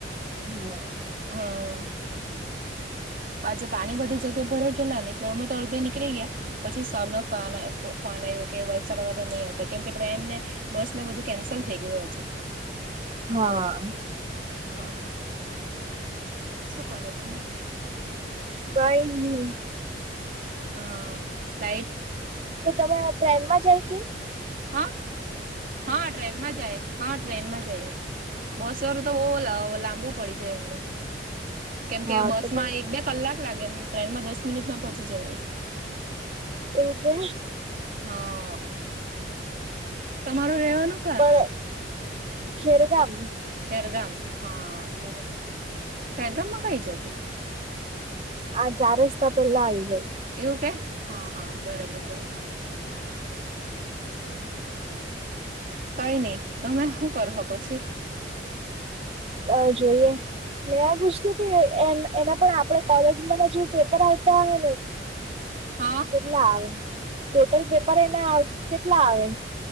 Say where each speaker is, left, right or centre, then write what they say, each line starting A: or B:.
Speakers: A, on the right (about 35°); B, on the right (about 50°).
A: હમ
B: હા પાછજે પાણી બધી જગ્યા ભરાઈ ગેલા ને એટલે અમે અડધે નીકળી ગયા પછી સર ન ફ ફ આવ્યો કે વલસા નહી આવતા કેમ કે ટ્રેન ને બસ ને બધું કેન્સલ થઈ ગયું આજે
A: હા
B: હા શું કરો તમે
A: કઈ નહી
B: હા લઈટ
A: તો તમે ટ્રેનમાં જાય કે
B: હા હા ટ્રેનમાં જાય હા ટ્રેન માં જઈ બસ વાળું તો બહુ લાંબુ પડી જાય અમને કેમ કે
A: હા
B: બસ
A: તો પણ
B: માં એક બે કલાક લાગે ટ્રેનમાં દસ મિનિટમાં પોહોંચી જવય
A: એવું કે
B: હા તમારું રવાનું
A: પણ
B: કા
A: ખેરગામ
B: એરગામ હા
A: હ
B: પેગમાં કઈ જગે
A: આ ચાર રસ્તા પેલા આવી જાય
B: એવું કે હા હા બરોબરર કઈ નહી તમે શું કરો પછી
A: અ જોઈએ મેં પૂછતી હતી એ એના પણ આપણે કોલેજ ના પેપર આવતા હ ને
B: હા
A: કેટલા આવે ટોટલ પેપર એના કેટલા આવે